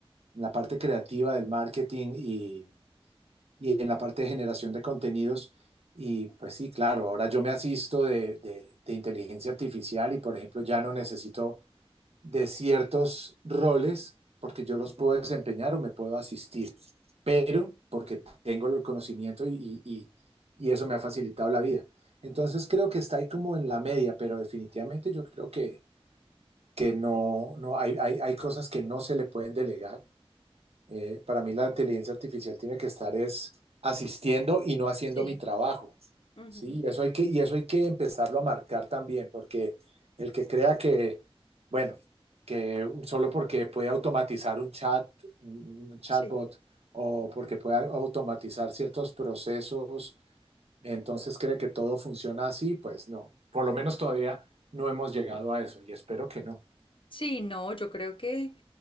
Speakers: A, on the right (about 85°); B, on the left (about 55°).
A: en la parte creativa del marketing y en la parte de generación de contenidos. Y pues sí, claro, ahora yo me asisto de, de- de inteligencia artificial y por ejemplo ya no necesito de ciertos roles porque yo los puedo desempeñar o me puedo asistir, pero porque tengo el conocimiento y, y- y- y eso me ha facilitado la vida. Entonces creo que está ahí como en la media, pero definitivamente yo creo que, que no, no hay, hay, hay cosas que no se le pueden delegar eh, para mí la inteligencia artificial tiene que estar es asistiendo y no haciendo
B: Sí,
A: mi trabajo,
B: Ujú.
A: ¿sí? Y eso hay que, y eso hay que empezarlo a marcar también, porque el que crea que, bueno, que solo porque puede automatizar un chat, un chatbot,
B: sí.
A: o porque puede automatizar ciertos procesos, entonces cree que todo funciona así, pues no. Por lo menos todavía no hemos llegado a eso y espero que no.
B: Sí, no, yo creo que,